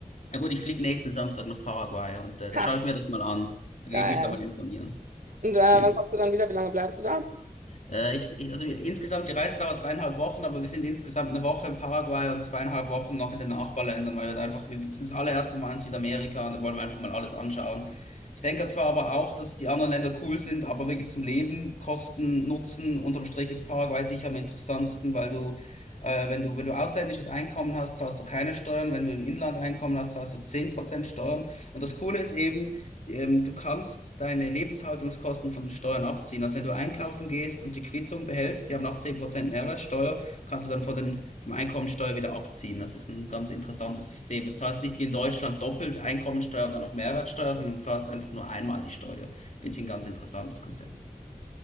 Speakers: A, on the left; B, on the right.
A: Na gut, ich fliege nächsten Samstag nach Paraguay und äh, da
B: Ha,
A: schaue ich mir das mal an. Da
B: geil.
A: gehe ich mich da mal informieren.
B: Und äh, wann
A: Auf jeden
B: kommst du dann wieder? Wie lange bleibst du da?
A: Äh, ich, ich, also insgesamt, die Reise dauert dreieinhalb Wochen, aber wir sind insgesamt eine Woche in Paraguay und zweieinhalb Wochen noch in den Nachbarländern, weil wir da einfach, wir sind das allererste Mal in Südamerika und da wollen wir einfach mal alles anschauen. Ich denke zwar aber auch, dass die anderen Länder cool sind, aber wirklich zum Leben, Kosten, Nutzen, unterm Strich ist Paraguay sicher am interessantesten, weil du, äh, wenn du, wenn du ausländisches Einkommen hast, zahlst du keine Steuern, wenn du im Inland Einkommen hast, zahlst du 10% Steuern. Und das Coole ist eben, ähm, du kannst deine Lebenshaltungskosten von den Steuern abziehen. Also wenn du einkaufen gehst und die Quittung behältst, die haben noch 10% Mehrwertsteuer, kannst du dann von den, vom Einkommensteuer wieder abziehen. Das ist ein ganz interessantes System. Du zahlst nicht wie in Deutschland doppelt Einkommensteuer und dann noch Mehrwertsteuer, sondern du zahlst einfach nur einmal die Steuer. Finde ich ein ganz interessantes Konzept.